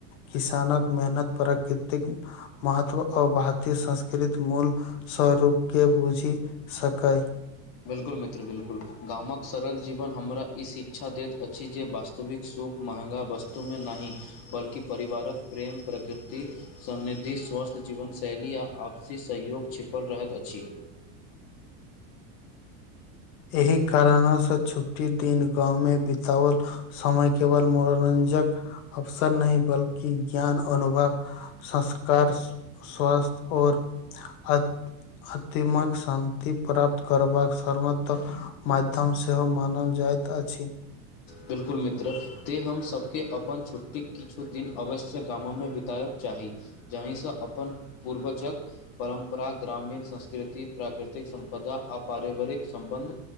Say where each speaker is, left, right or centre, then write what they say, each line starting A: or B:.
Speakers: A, on the left; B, on the left.
A: किसानक मेहनत प्राकृतिक महत्व ओ भारतीय संस्कृत मूल स्वरूप के बुझि सकैय
B: बिल्कुल मित्र बिल्कुल गामक सरल जीवन हमरा ई शिक्षा दैत अछि जे वास्तव विक सुख महँगा वस्तुमे नाहि बल्कि परिवारक प्रेम प्रकृति समृद्धि स्वस्थ जीवनशैली आ आपसी सहयोग छिपल रहैत अछि।
A: एहि कारणसँ छुट्टी दिन गाँवमे बिताओल समय केवल मनोरंजक अवसर नहि बल्कि ज्ञान अनुभव संस्कार स्वास्थ आओर अत अतिमक शान्ति प्राप्त करबाक सर्मत त माध्यम सेहो मानल जाइत अछि।
B: बिल्कुल मित्र तैं हम सभके अपन छुट्टीके किछु दिन अवश्य गामोमे बिताएब चाही जाहिसँ अपन पूर्वजक परम्परा ग्रामीण संस्कृति प्राकृतिक सम्पदा आ पारिवारिक सम्बन्ध